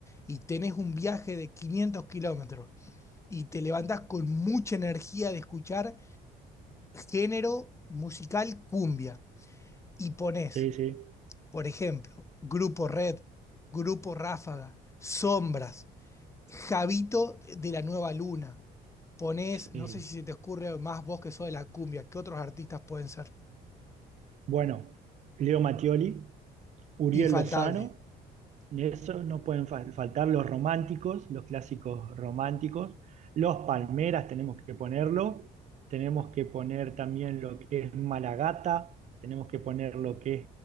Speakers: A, on the left; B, on the right.
A: y tenés un viaje de 500 kilómetros y te levantás con mucha energía de escuchar género musical cumbia y pones,
B: sí, sí.
A: por ejemplo, Grupo Red, Grupo Ráfaga, Sombras, Javito de la Nueva Luna. Ponés,
B: sí.
A: no sé si se te ocurre más vos que sos de la cumbia, ¿qué otros artistas pueden ser?
B: Bueno, Leo Mattioli, Uriel
A: Infaltable.
B: Lozano, De eso no pueden fal- faltar los románticos, los clásicos románticos. Los palmeras tenemos que ponerlo. Tenemos que poner también lo que es Malagata. Tenemos que poner lo que es